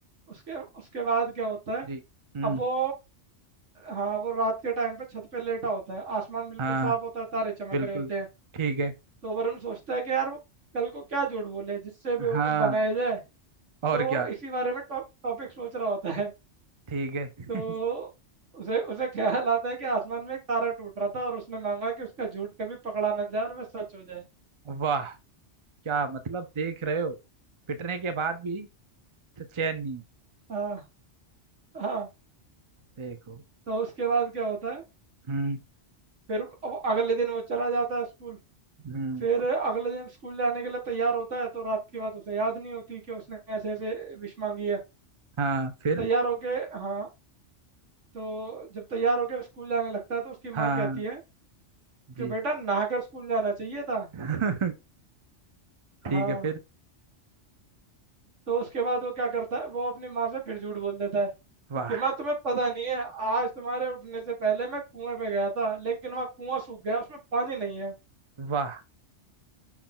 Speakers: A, on the right; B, on the right.
A: उसके उसके बाद क्या होता है
B: जी हम्म
A: अब वो हाँ वो रात के टाइम पे छत पे लेटा होता है आसमान बिल्कुल
B: हाँ
A: साफ होता है तारे चमक
B: बिल्कुल
A: रहे होते हैं
B: ठीक है
A: तो वरुण सोचता है कि यार वो कल को क्या झूठ बोले जिससे बेवकूफ़
B: हाँ
A: बनाया जाए
B: और
A: तो वो
B: क्या
A: इसी बारे में टॉप टॉपिक सोच रहा होता है
B: ठीक है
A: तो
B: <laughs>
A: उसे उसे ख्याल आता है कि आसमान में एक तारा टूट रहा था और उसने मांगा कि उसका झूठ कभी पकड़ा ना जाए और वह सच हो जाए
B: वाह क्या मतलब देख रहे हो पिटने के बाद भी तो चैन नहीं है
A: हाँ हाँ
B: देखो
A: तो उसके बाद क्या होता है
B: हम्म
A: फिर अब अगले दिन वो चला जाता है स्कूल
B: हम्म
A: फिर अगले दिन स्कूल जाने के लिए तैयार होता है तो रात की बात उसे याद नहीं होती कि उसने ऐसे ऐसे विश मांगी है
B: हाँ फिर
A: तैयार होके हाँ तो जब तैयार होके स्कूल जाने लगता है तो उसकी
B: हाँ
A: माँ कहती
B: हाँ,
A: है कि
B: जी
A: बेटा नहाकर स्कूल जाना चाहिए था
B: <laughs> ठीक
A: हाँ
B: है फिर
A: तो उसके बाद वो क्या करता है वो अपनी माँ से फिर झूठ बोल देता है
B: वाह
A: कि माँ तुम्हें पता नहीं है आज तुम्हारे उठने से पहले मैं कुएं पे गया था लेकिन वहाँ कुआं सूख गया उसमें पानी नहीं है
B: वाह